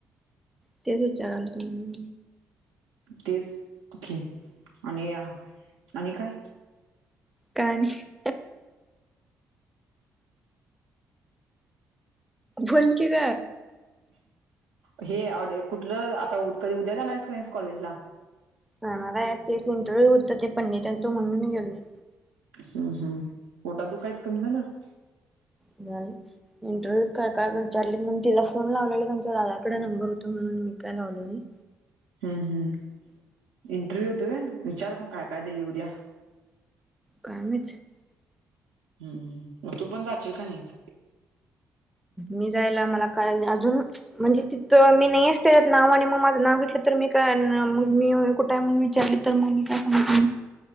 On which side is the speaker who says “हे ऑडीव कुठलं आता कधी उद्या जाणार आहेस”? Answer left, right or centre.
Right